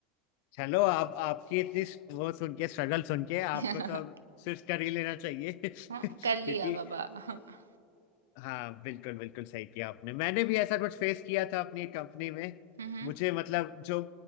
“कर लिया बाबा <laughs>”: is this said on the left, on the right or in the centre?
Right